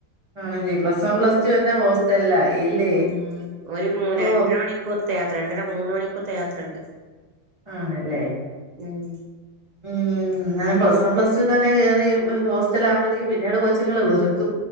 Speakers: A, on the right; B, on the right.
A: ആണല്ലേ പ്ലസ് വൺ പ്ലസ് ടു തന്നെ ഹോസ്റ്റലിലായില്ലേ
B: ഹ്മ്മ് ഒരു മൂ രണ്ടര
A: ഓ
B: മണിക്കൂർത്തെയാത്ര - രണ്ടര മൂന്ന് മണിക്കൂർത്തെ യാത്രണ്ട്.
A: ആണല്ലേ
B: ഉം
A: ഉം ന്നാ പ്ലസ് വൺ പ്ലസ് ടു തന്നെ കേറി ഹോസ്റ്റൽ ആകുമ്പോഴേക്ക് പിന്നീട് കൊച്ചിങ്ങൾ വെറുക്കും